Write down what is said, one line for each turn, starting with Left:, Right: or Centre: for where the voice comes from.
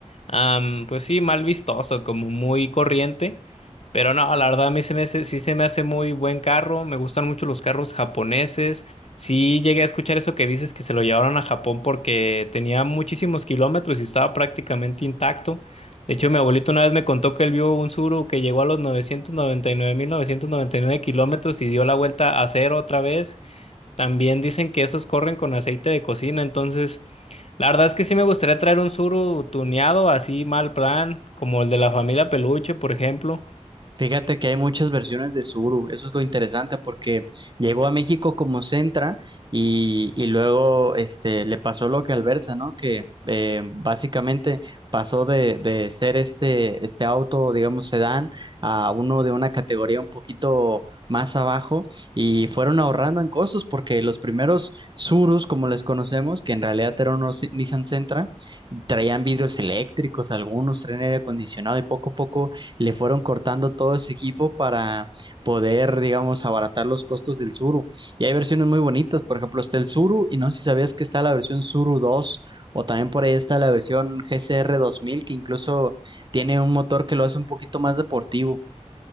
Left: am, pues sí, mal vistoso, como muy corriente. Pero no, la verdad a mí se me hace- sí se me hace muy buen carro, me gustan mucho los carros japoneses. Sí llegué a escuchar eso que dices que se lo llevaron a Japón porque tenía muchísimos kilómetros y estaba prácticamente intacto. De hecho, mi abuelito una vez me contó que él vio un suru que llegó a los 999.999 kilómetros y dio la vuelta a cero otra vez. También dicen que esos corren con aceite de cocina. Entonces, la verdad es que sí me gustaría traer un suru tuneado, así mal plan, como el de la familia Peluche, por ejemplo.
Right: Fíjate que hay muchas versiones de Subaru. eso es lo interesante porque llegó a México como Sentra y, y luego este, le pasó lo que al Versa, ¿no? Que eh, básicamente pasó de, de ser este, este auto, digamos, sedán, a uno de una categoría un poquito más abajo y fueron ahorrando en costos porque los primeros Subarus, como les conocemos, que en realidad eran unos Nissan Sentra, traían vidrios eléctricos, algunos traían aire acondicionado y poco a poco le fueron cortando todo ese equipo para poder, digamos, abaratar los costos del Zuru. Y hay versiones muy bonitas, por ejemplo, está el Zuru y no sé si sabías que está la versión Zuru 2 o también por ahí está la versión GCR 2000 que incluso tiene un motor que lo hace un poquito más deportivo.